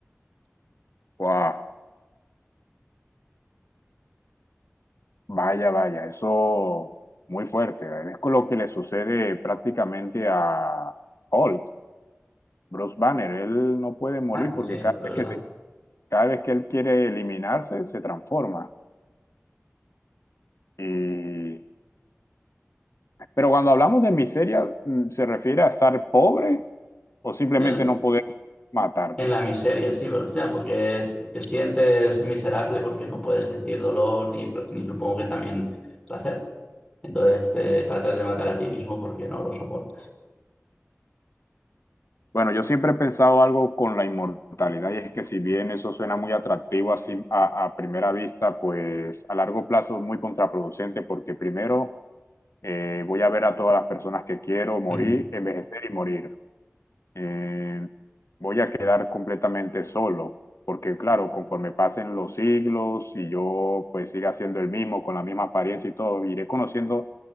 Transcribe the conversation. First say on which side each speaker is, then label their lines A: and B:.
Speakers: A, on the left; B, on the left.
A: Wow. Vaya, vaya, eso muy fuerte. Es con lo que le sucede prácticamente a Hulk, Bruce Banner. Él no puede morir
B: Ah,
A: porque
B: sí, de
A: cada
B: verdad.
A: vez que, se- cada vez que él quiere eliminarse, se transforma. Y... Pero cuando hablamos de miseria, mm, ¿se refiere a estar pobre o simplemente
B: Eh,
A: no poder matarme?
B: En la miseria, sí, pero hostia, porque te te sientes miserable porque no puedes sentir dolor ni, pl- ni supongo que también placer. Entonces te tratas de matar a ti mismo porque no lo soportas.
A: Bueno, yo siempre he pensado algo con la inmortalidad y es que si bien eso suena muy atractivo así a, a primera vista, pues a largo plazo es muy contraproducente porque primero Eh, voy a ver a todas las personas que quiero morir,
B: Mm,
A: envejecer y morir. Eh, voy a quedar completamente solo, porque claro, conforme pasen los siglos y yo pues siga siendo el mismo, con la misma apariencia y todo, iré conociendo